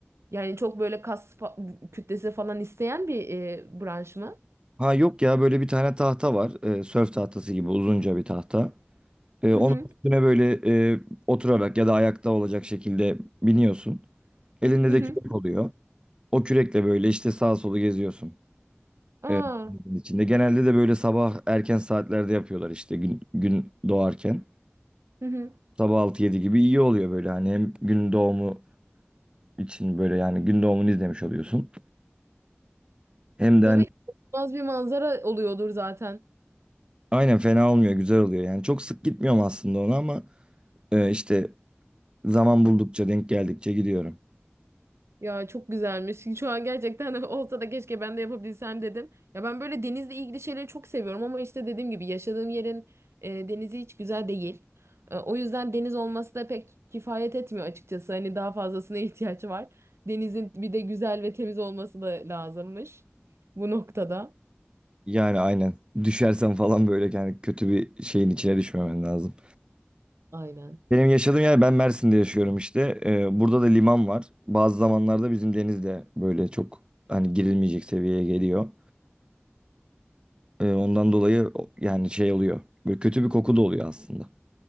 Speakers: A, on the right; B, on the right.
A: Yani çok böyle kas fa- kütlesi falan isteyen bir e, branş mı?
B: Ha yok ya böyle bir tane tahta var. E, sörf tahtası gibi uzunca bir tahta. E, onun
A: Hı hı.
B: üstüne böyle e, oturarak ya da ayakta olacak şekilde biniyorsun. Elinde
A: Hı
B: de
A: hı.
B: kürek oluyor. O kürekle böyle işte sağa solu geziyorsun.
A: Aa.
B: Evet, denizin içinde. Genelde de böyle sabah erken saatlerde yapıyorlar işte gün, gün doğarken.
A: Hı hı.
B: Sabah altı yedi gibi iyi oluyor böyle hani hem gün doğumu için böyle yani gün doğumunu izlemiş oluyorsun. Hem de
A: Tabii
B: hani
A: inanılmaz bir manzara oluyordur zaten.
B: aynen fena olmuyor güzel oluyor yani çok sık gitmiyorum aslında ona ama e, işte zaman buldukça denk geldikçe gidiyorum.
A: Ya çok güzelmiş. Şu an gerçekten <laughs> olsa da keşke ben de yapabilsem dedim. Ya ben böyle denizle ilgili şeyleri çok seviyorum ama işte dediğim gibi yaşadığım yerin e, denizi hiç güzel değil. E, o yüzden deniz olması da pek kifayet etmiyor açıkçası. Hani daha fazlasına <laughs> ihtiyaç var. Denizin bir de güzel ve temiz olması da lazımmış bu noktada.
B: Yani aynen düşersen falan böyle yani kötü bir şeyin içine düşmemen lazım.
A: Aynen.
B: Benim yaşadığım yer ben Mersin'de yaşıyorum işte. Ee, burada da liman var. Bazı zamanlarda bizim deniz de böyle çok hani girilmeyecek seviyeye geliyor. Ee, ondan dolayı o- yani şey oluyor. Böyle kötü bir koku da oluyor aslında.